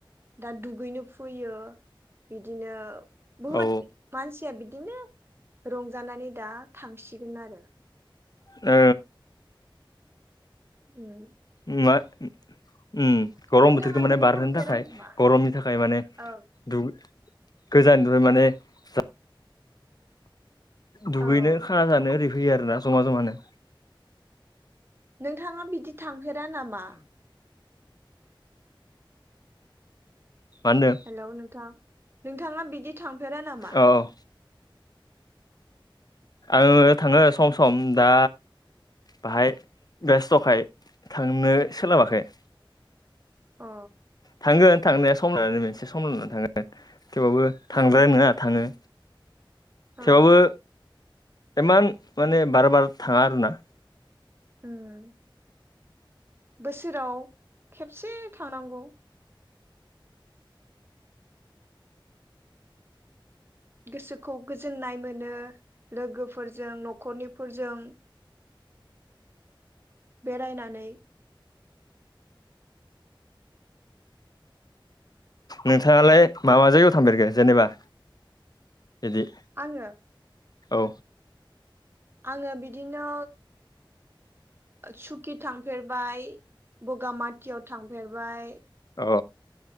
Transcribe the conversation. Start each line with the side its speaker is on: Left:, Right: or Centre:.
Right: दा दुगैनो फैयो बिदिनो बहुत
Left: औ
Right: मानसि या बिदिनो रंजानानै दा थांसिगोन आरो।
Left: औ।
Right: ओम।
Left: ओम मा ओम ओम गरम
Right: नोंथाङा
Left: बोथोरखौ माने
Right: बिदि
Left: बारहोनो
Right: थांफेरा
Left: थाखाय
Right: नामा
Left: गरमनि थाखाय माने
Right: औ
Left: दुग गोजाननिफ्राय माने <unintelligible> दुगैनो
Right: औ
Left: खाना जानो ओरै फैयो आरोना जमा जमानो।
Right: नोंथाङा बिदि थांफेरा नामा?
Left: होनदों
Right: हेलौ नोंथां नोंथाङा बिदि थांफेरा नामा?
Left: औ औ आङो थाङो सम सम दा बाहाय बेस्थखाय थांनो सोलाबाखै
Right: अ
Left: थांगोन थांनाया सम लानानै मोनसे सम लानानै थांगोन थेवबाबो थांदायनाय
Right: अ
Left: नङा थाङो
Right: अ
Left: थेवबो इमान माने बार बार थाङा आरोना
Right: ओम बोसोराव खेबसे थांनांगौ गोसोखौ गोजोननाय मोनो लोगोफोरजों न'खरनिफोरजों बेरायनानै
Left: नोंथाङालाय माबा जायगायाव थांफेरगो जेनेबा बिदि
Right: आङो
Left: औ
Right: आङो बिदिनो सुकि थांफेरबाय बगामाथियाव थांफेरबाय
Left: औ